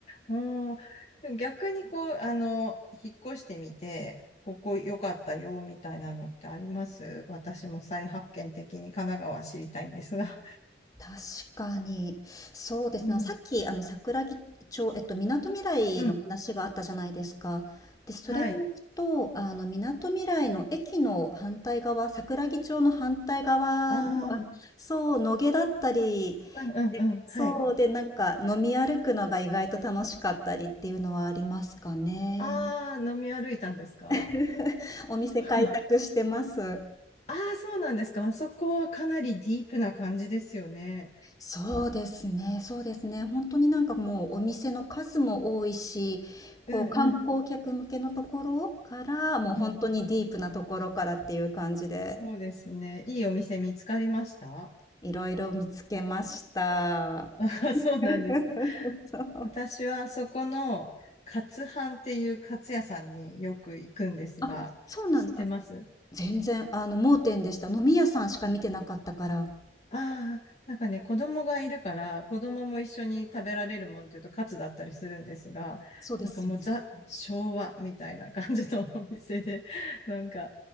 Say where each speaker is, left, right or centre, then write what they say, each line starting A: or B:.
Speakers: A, on the left (about 35°); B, on the left (about 20°).
A: うん。でも逆にこう、あの、引っ越してみて、ここ良かったよ、みたいなのってあります私も再発見的に神奈川知りたいんですが。
B: 確かに、そうですね。
A: うん。
B: さっき、あの、桜木町、えっと、みなとみらいの話があったじゃないですか。
A: うん。
B: で、それでいくと、
A: はい。
B: あの、みなとみらいの駅の反対側、桜木町の反対側の、
A: あ
B: あのそう、野毛だったり、
A: あ、うんうんうん。
B: そうで、
A: はい。
B: なんか飲み歩くのが意外と楽しかったりっていうのはありますかね。
A: ああ、飲み歩いたんですか
B: <laughs> お店開拓してます。
A: あ <laughs> あー、そうなんですか。あそこはかなりディープな感じですよね。
B: そうですね、そうですね。本当になんかもうお店の数も多いし、こう観光客向けのところから、
A: うんうん。
B: もう本当にディープなところからっていう感じで、
A: うん。そうですね。いいお店見つかりました
B: いろいろ見つけました。
A: <laughs> あ、そうなんですか。
B: <laughs> そう。
A: 私はそこの、カツ飯っていうカツ屋さんによく行くんですが、
B: あ、そうなんだ。
A: 知ってます
B: 全然、あの、盲点でした。飲み屋さんしか見てなかったから。
A: ああー、なんかね、子供がいるから、子供も一緒に食べられるもんっていうとカツだったりするんですが、
B: そうですよね。
A: なんかもうザ・昭和みたいな感じのお店で、なんか、